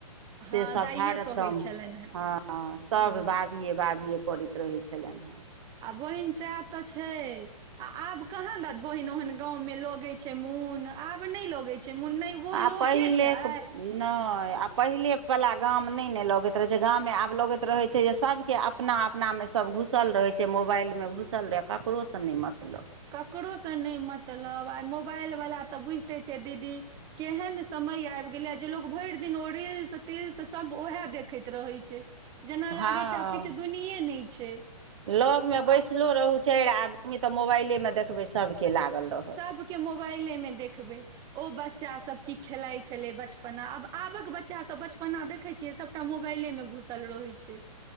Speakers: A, on the right; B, on the right.
A: से
B: हँ
A: सब
B: दाइए
A: हरदम
B: सँ होइ छलनि हेँ
A: हँ सब
B: हँ
A: बाबिये बाबिये करैत रहै छलनि हैं
B: आ बहिन सएह तऽ छै आ आब कहाँ लत बहिन ओहन गाँंव मे लगै छै मुन आब नहि लगै छै मुन नै ओ
A: आ
B: लोके
A: पहिले
B: छै
A: नहि आ पहिलेवला गाम नहि ने लगैत रहै छै गाममे आब लगैत रहै छै जे सभके अपना अपनामे सब सब घुसल रहै छै मोबाइलमे घुसल रहै ककरोसँ नहि मतलब
B: ककरोसँ नहि मतलब आइ मोबाइल वला तऽ बुझिते छियै दीदी केहन सम मय आबि गेलैया जे लोग भरि दिन ओ रिल्स तिल्स सब उहे देखैत रहे छै जेना
A: हँ
B: लागै छै आब किछु दुनिए नहि छै
A: लग मे बैसलो
B: आब
A: रहु चाइर आदमी तऽ मोबाइले मे देखबै सबके लागल रहत
B: सबके मोबाइले मे देखबै ओ बच्चा सब की खेलाइत छलै बचपना आब आबक बच्चा सब बचपना देखै छै सबटा मोबाइले मे घुसल रहैत छै